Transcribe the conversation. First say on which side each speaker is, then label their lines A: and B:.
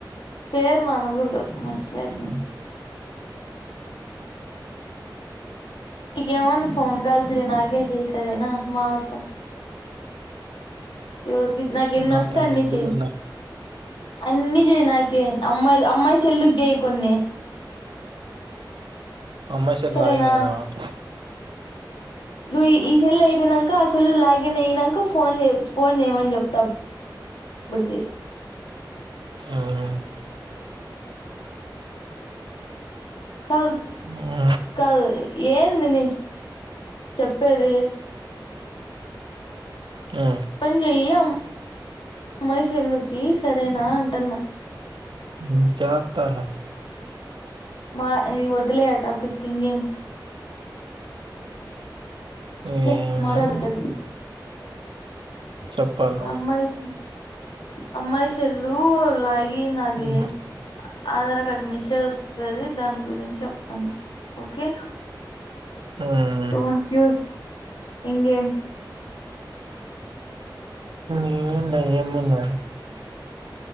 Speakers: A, on the left (about 85°); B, on the right (about 80°).
A: పేర్లు అనకూడదు మర్చిపోయాన్.
B: ఉమ్,
A: ఇగేమన్నా
B: ఉమ్,
A: ఫోన్ కాల్స్ నాకే చెయ్యి సరేనా మాట్లాడతా ఎవరికి నాకు ఎన్ని
B: ఇంకా
A: వస్తే
B: తండ్రిగా
A: అన్ని చెయ్
B: ఉన్నా
A: అన్నీ చెయ్యి నాకి అమ్మాయి అమ్మాయి సెల్లుకి చెయ్యి కొన్ని
B: అమ్మాయి సార్
A: సరేనా
B: లాగినేనా ఉమ్,
A: నువ్ సెల్ అయిపోయినాక అసలు లాగిన్ అయినాక ఫోన్ చే ఫోన్ ఏమని చెప్తావ్ ఇప్పుడు జై
B: ఉమ్,
A: కాదు
B: ఆ
A: కాదు ఏంది నేను చెప్పేది
B: ఆ
A: ఫోన్ చెయ్యి అ అమ్మాయి సెల్లుకి సరేనా అంటున్నా
B: మ్ చాత్తాలె
A: మా ఈ వదిలేయి ఆ టాపిక్ ఇంగేమి
B: ఏం
A: లే మారాడదల్
B: లేదు చెప్పాలి
A: అమ్మాయిల్స్ అమ్మాయిసెల్లు లాగి ఏందది
B: ఉమ్,
A: ఆధార్ కార్డు మిస్ అయి వస్తది దాని గురించి చెప్తాను ఓకే
B: ఊ మ్
A: డోంట్ యూస్ ఇండియన్
B: ఏం లే ఏం తిన్నారు